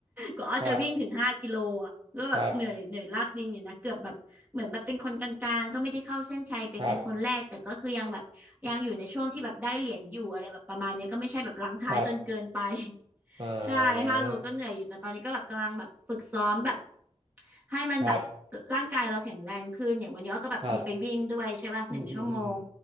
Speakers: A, on the right; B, on the right.
A: ก็อ้อจะวิ่งถึงห้ากิโลอ่ะก็แบบเหนื่อยเหนื่อยลากดินอยู่นะเกือบแบบเหมือนแบบเป็นคนกลางๆก็ไม่ได้เข้าเส้นชัยไปเป็นคนแรกแต่ก็คือยังแบบยังอยู่ในช่วงที่แบบได้เหรียญอยู่อะไรแบบประมาณเนี้ยก็ไม่ใช่แบบหลังท้ายจนเกินไป
B: ครับครับครับครับเอ่
A: ใช่ห้าโลก็เหนื่อยอยู่แต่ตอนนี้ก็แบบกำลังแบบฝึกซ้อมแบบ
B: อ
A: ให้มันแบบ
B: ครับ
A: ร่างกายเราแข็งแรงขึ้น อย่างวันนี้อ้อก็แบบมีไปวิ่งด้วยใช่ป่ะหนึ่งชั่วโมง
B: ครับอืมอืมอืม